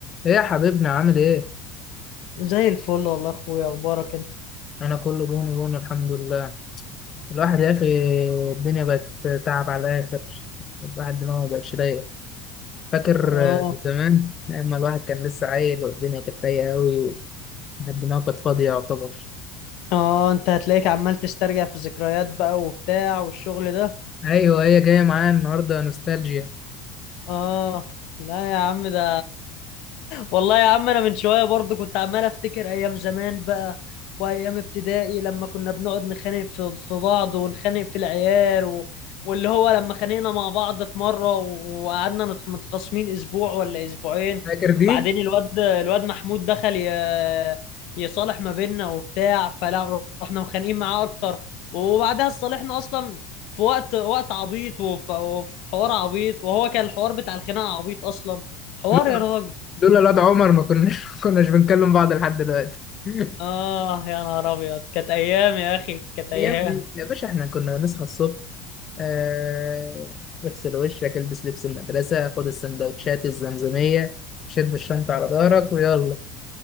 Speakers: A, on the left; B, on the left.
A: ايه يا حبيبنا عامل ايه
B: زي الفل والله يا اخويا اخبارك انت
A: انا كله جون جون الحمد لله الواحد يا اخي الدنيا بقت تعب على الاخر الواحد دماغه مبقتش رايق فاكر
B: اه
A: آه، زمان اما الواحد كان لسه عيل والدنيا كانت رايقه قوي والواحد دماغه كانت فاضيه يعتبر
B: اه انت هتلاقيك عمال تسترجع في ذكريات بقى وبتاع والشغل ده
A: ايوه هي جايه معايا النهارده نوستالجيا
B: اه لا يا عم ده والله يا عم انا من شويه برضه كنت عمال افتكر ايام زمان بقى وايام ابتدائي لما كنا بنقعد نخانق في في بعض ونخانق في العيال و... واللي هو لما خانقنا مع بعض في مره و- وقعدنا نت- متخاصمين اسبوع ولا اسبوعين
A: فاكر دي
B: بعدين الواد الواد محمود دخل ي... يصالح ما بيننا وبتاع فلا رحنا مخانقين معاه اكتر وبعدها صالحنا اصلا في وقت وقت عبيط وفي وفي حوار عبيط وهو كان الحوار بتاع الخناقه عبيط اصلا حوار
A: لولا
B: يا راجل
A: لولا الواد عمر ما كناش <laughs> ما كناش بنكلم بعض لحد دلوقتي <laughs>
B: آه يا نهار أبيض كانت أيام يا أخي كانت أيام
A: يا ابني يا باشا احنا كنا بنصحى الصبح آه، اغسل وشك البس لبس المدرسة خد السندوتشات الزمزمية شد الشنطة على ظهرك ويلا